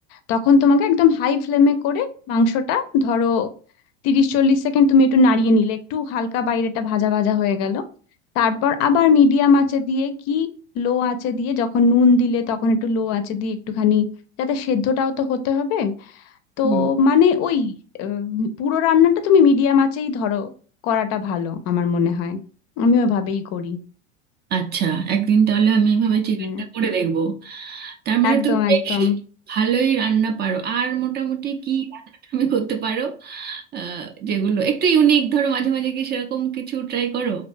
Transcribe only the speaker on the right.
হুম
আচ্ছা একদিন তাহলে আমি এভাবে
চিকেনটা করে দেখবো তার মানে
তুমি বেশ
ভালোই রান্না পারো আর মোটামুটি কি রান্না তুমি করতে পারো আহ, যেগুলো একটু ইউনিক ধরো মাঝে মাঝে কি সেরকম কিছু ট্রাই করো